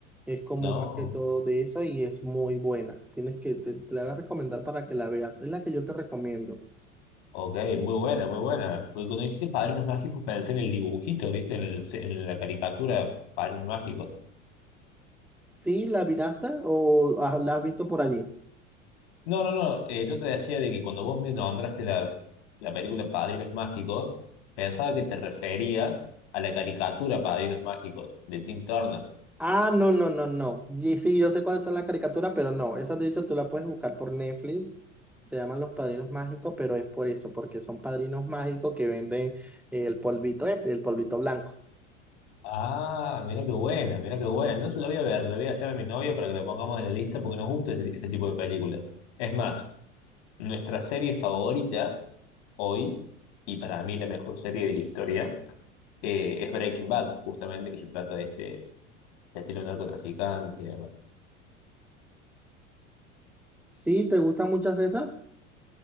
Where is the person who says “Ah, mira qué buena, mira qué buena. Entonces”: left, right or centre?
Left